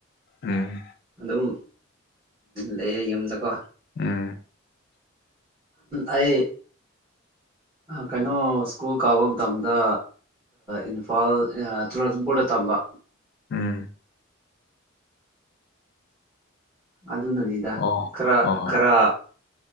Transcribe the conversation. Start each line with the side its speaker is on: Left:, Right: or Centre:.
Left: ꯎꯝ
Right: ꯑꯗꯨꯝ ꯂꯩꯌꯦ ꯌꯨꯝꯗꯀꯣ
Left: ꯎꯝ
Right: ꯑꯩ ꯀꯩꯅꯣ ꯁ꯭ꯀꯨꯜ ꯀꯥꯕ ꯃꯇꯝꯗ ꯏꯝꯐꯥꯜ ꯆꯨꯆꯥꯟꯄꯨꯔꯗ ꯇꯝꯕ
Left: ꯎꯝ
Right: ꯑꯗꯨꯅꯅꯤꯗ
Left: ꯑꯣ
Right: ꯈꯔ
Left: ꯍꯣꯏ ꯍꯣꯏ
Right: ꯈꯔ